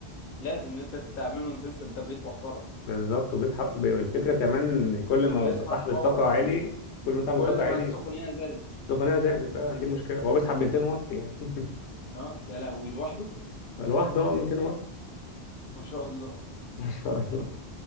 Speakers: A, on the left (about 60°); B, on the left (about 80°).
A: لازم ان انت تعمل له سيستم تبريد محترم
B: بالظبط وبيسحب بي- الفكره كمان إن كل ما
A: بيسحب
B: ببقى صاحب الطاقه
A: باور
B: عالي كل ما صاحب الطاقه
A: كل
B: عالي
A: ما السخونية زادت
B: سخونيه زادت فعلا دي مشكله هو بيسحب 200 واط يعني <laughs>
A: اه يا لهوي لوحده
B: لوحده هو 200 واط
A: ما شاء الله
B: <laughs> ما شاء الله